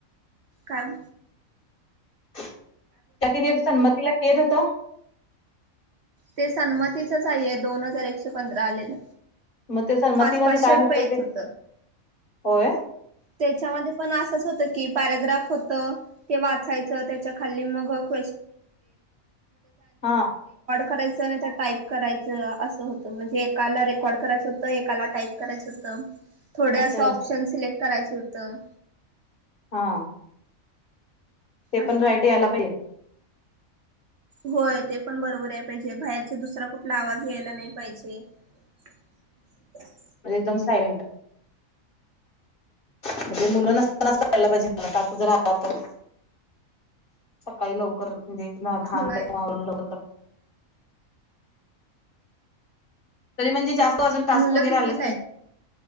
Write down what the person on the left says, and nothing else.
त्या कि सनमतीला कद होता.
मग ते सन्मतीमध्ये
काय
होतं
ते
होय
हा
अच्छा
अच्छा
हा. ते
पण रायट
यायला पाहिजे.
<inaudible>
म्हणजे एकदम सायलेंट. म्हणजे मुलं नसतानाच करायला पाहिजे. मला तरं अस जर आला तर. सकाळी लवकर म्हणजे दहा प्रयन्त
लवकर आवरून. तरी म्हणजे जास्त अजून टास्क
वगैरे
आलाचकी.